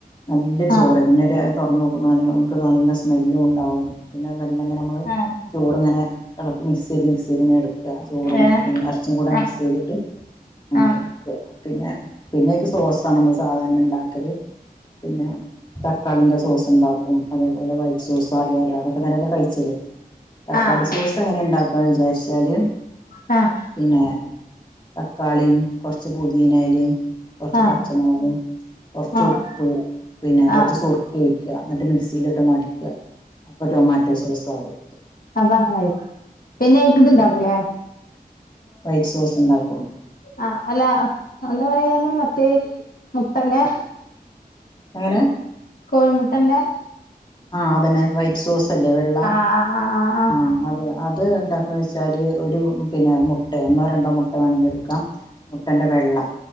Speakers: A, on the left; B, on the left.
A: നല്ലൊരു
B: ആഹ്
A: ചോറ്
B: ആഹ് ആഹ്
A: പിന്നെര തൊറന്നൊക്കുമ്പോ നല നമക്ക് നല്ല സ്മെല്ലുംണ്ടാവും പിന്നെത് മെല്ലെങ്ങനെ അമ്മ
B: ആഹ്
A: ചോറ്ങ്ങനെ എളക്ക് മിക്സെയ്ത് മിക്സ്യ്ത്ങ്ങനെ എടു ക്ക ചോറും
B: ഏഹ്
A: പിന്നെ എർച്ചികൂടെ
B: ആഹ്
A: മിക്സയ്തിട്ട് അങ്ങനെ
B: ആഹ്
A: ക്ക പിന്നെ പിന്നെയ്‌ക്ക് സോസാണ് മള് സാധാര ങ്ങനെണ്ടാക്കല് പിന്നെ തക്കാളിന്റെ സോസ്ണ്ടാക്കും അതേപോലെ വൈ സോസ അറിയാലോ അതൊക്കെ തന്നെല്ലെ കഴിച്ചല് തക്കാളി
B: ആഹ്
A: സോസ് എങ്ങനെണ്ടാക്കാന്ന് വിചാരിച്ചാല്
B: ആഹ്
A: പിന്നെ തക്കാളീം കൊർച്ച് പൊതിനയലിം കൊർച്ച്
B: ആഹ്
A: പച്ചമൊളകും കൊർച്ച്
B: ആഹ് ആഹ് ആഹ്
A: ഉപ്പ് പിന്നെ കൊർച്ച്
B: ആഹ്
A: സുർ ക്കയ്ക്ക ന്നട്ട് മിക്സിയിലിട്ടൊന്ന് അടിക്ക അപ്പോ ടൊമാറ്റോ സോസാവും.
B: അദങ്ങനായി പിന്നെ അയ്ക്ക്‌ത്ണ്ടാക്കൂലെ
A: പിന്നെ വൈറ്റ് സോസ്ണ്ടാക്കും.
B: ആ അല്ല എന്താ പറയാന്ന് മറ്റേ മുട്ടന്റെ
A: എങ്ങനെ
B: കോഴിമുട്ടന്റെ
A: ആ അതന്നെ വൈറ്റ് സോസല്ലെ വെള്ള
B: ആ ആ ആ ആ
A: ആ അത് അത് ണ്ടാക്ണ വെച്ചാല് ഒരു പിന്നെ മുട്ടേ ഒന്നോ രണ്ടോ മുട്ട വേണങ്കിട്ക്കാം മുട്ടന്റെ വെള്ള